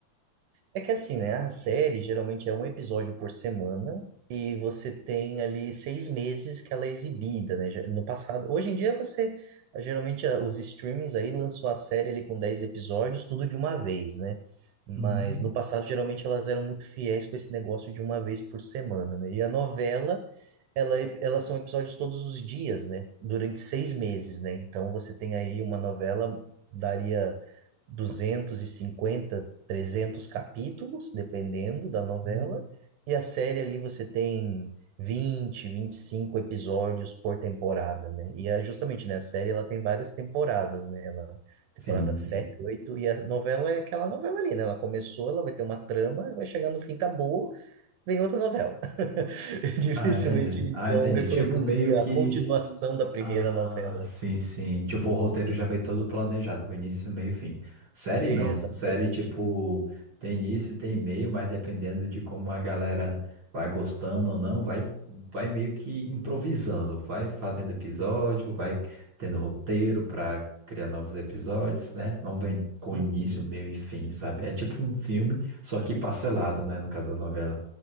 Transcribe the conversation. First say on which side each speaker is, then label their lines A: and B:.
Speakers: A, on the right; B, on the right.
A: É que assim, né? A série geralmente é um episódio por semana e você tem ali seis meses que ela é exibida, né? Ge- No passado, hoje em dia você geralmente ah, os streamings aí lançou a série ali com dez episódios, tudo de uma vez, né? Mas
B: Uhum,
A: no passado geralmente elas eram muito fiéis com esse negócio de uma vez por semana, né? E a novela, ela, é- elas são episódios todos os dias, né? Durante seis meses, né? Então você tem aí uma novela daria 250 300 capítulos, dependendo da novela,
B: uhum.
A: e a série ali você tem vinte vinte e cinco episódios por temporada, né? E é justamente, né, a série ela tem várias temporadas, né? Ela, temporada
B: Sim,
A: 7
B: sim.
A: 8 e a novela é aquela novela ali, né? Ela começou, ela vai ter uma trama, vai chegar no fim, acabou, vem outra novela. <laughs> Dificilmente
B: Ah, entendi.
A: eles
B: Ah,
A: vão
B: entendi.
A: reproduzir
B: Tipo, meio que.
A: a continuação da primeira
B: Ah,
A: novela.
B: sim, sim. Tipo, o roteiro já vem todo planejado, com início, meio, e fim. Série
A: Exatamente.
B: não. Série, tipo, tem início, tem meio, mas dependendo de como a galera vai gostando ou não, vai, vai meio que improvisando. Vai fazendo episódio, vai tendo roteiro para criar novos episódios, né? Não vem com
A: Uhum.
B: início, meio e fim, sabe? É tipo um filme, só que parcelado, né? No caso da novela.